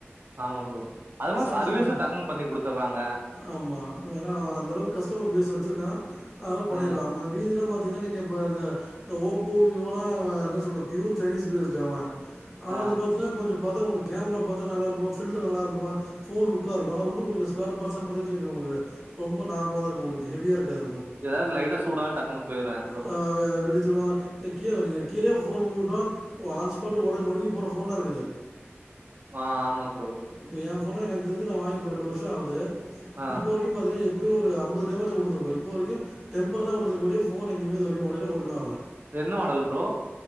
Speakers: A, on the right (about 45°); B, in the centre.
A: ஆமா ப்ரோ. அதுவும்
B: சம்சங்க
A: சர்வீஸும் டக்குன்னு பண்ணி குடுத்துடுறாங்க.
B: ஆமா ஏன அவ அந்த அளவுக்கு கஸ்டமர் பேஸ் வச்சிருக்கா அதானால் பண்ணிட்ரா
A: ஆ.
B: பீதிலா இத நீங்க ஓப்போ விவோலா என்ன சொல்ற ப்யூர் சைனீஸ் பீஸ்டு அவ
A: ஆ.
B: அவுந்து பாத்தீன்னா கொஞ்ச பாத்தா உங்களுக்கு கேமரா பாத்தா நல்லா இருக்கு ஃபில்டர் நல்லா இருக்கு ஃபோன் லுக்காக இருக்கு ஆனா உள்ளுக்குள் ஸ்பேர் பார்ட்ஸ்லா பாத்தின்னா உங்களுக்கு ரொம்ப நார்மலாக இருக்கு உங்களுக்கு ஹெவியாக இருக்காது
A: ஏதாது லைட்டா சூடா டக்குன்னனு போய்டு
B: ஹ வெ வெடிச்சிரு க் கீழே வங்க கீழே போன் டு ஆன்ஸ்பாட்ல உட நொறுங்கி போற ஃபோன்லா இருக்குது
A: ஆ ஆமா ப்ரோ
B: இப்போ என் போனே எனக்கு தெரிஞ்ச நா வாங்கி ரெண்டு வருஷ ஆகுது
A: ஆ
B: இப்ப வரைக்கு பாத்தீங்கன்னா எப் எப்டியு ஒரு ஐம்பது டைமாச்சு உழுந்துறுக்கு இப்ப வரைக்கு டெம்பர் தா ஒடஞ்சிஒழிய ஃபோன் எங்கயுமே உடையள ஒண்ணுமே ஆகல
A: என்ன மாடல் ப்ரோ